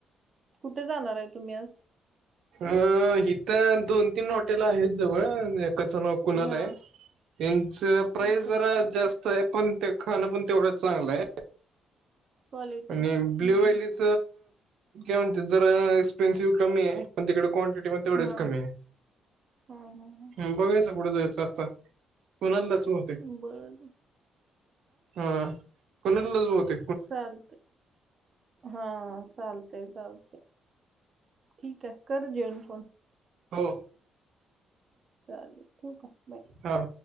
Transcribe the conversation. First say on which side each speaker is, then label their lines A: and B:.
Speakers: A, on the right; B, on the right.
A: कुंठे जाणारं आहे तुम्हीं आंज
B: अं इंथ दोन तीनं हॉटेल आहेतं जवळं एकांच नोक पुण्यांला
A: हा
B: आहे त्यांच प्राईस
A: अच्छा
B: जरां जास्तं आहे पणं ते खाणं पणं तेवढं चांगलं आहे
A: कॉलेज
B: आणि
A: आहे हम्म,
B: ब्ल्यूं व्हॅलीच
A: हम्म.
B: कां जरां एक्सपेन्सिव्ह कमी पणं तिकडे क्वांटिटी म्हंणे तेवढीचं
A: हा
B: कमी आहे
A: हा हा
B: बघायचं पुढे जायचं आंता कोणां लाचं भवतेक होते
A: बर
B: हां कोणं लजवते
A: चालतं हां चालतंय चालतं ठीकं आहे करं जेवणं फोन
B: हो
A: चालेल ठीकं आहे बांय
B: हां